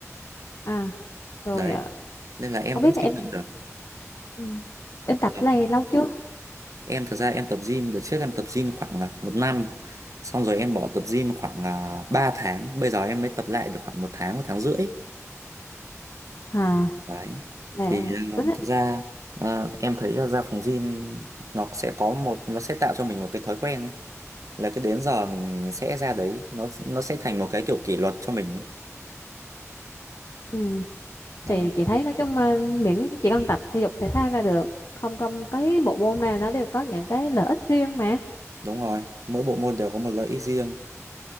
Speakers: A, on the left; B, on the right.
A: à rồi
B: đấy
A: à,
B: nên là em
A: không
B: vẫn
A: biết
B: chịu
A: là em
B: đựng được
A: ừ. em tập
B: Vâng.
A: cái này lâu chưa
B: Em thật ra em tập gym đợt trước em tập gym khoảng là một năm xong rồi em bỏ tập gym khoảng là 3 tháng bây giờ em mới tập lại được khoảng một tháng một tháng rưỡi
A: à
B: đấy
A: là
B: thì ờ,
A: tính á,
B: thật ra ờ, em thấy là ra phòng gym nó sẽ có một nó sẽ tạo cho mình một cái thói quen ấy là cứ đến giờ mình sẽ ra đấy nó nó sẽ thành một cái kiểu kỷ luật cho mình ấy
A: ừ. thì
B: đó
A: chị thấy nói chung mà miễn chị cần tập thể dục thể thao là được không không cái bộ môn nào nó đều có những cái lợi ích riêng mà
B: đúng rồi mỗi bộ môn đều có một lợi ích riêng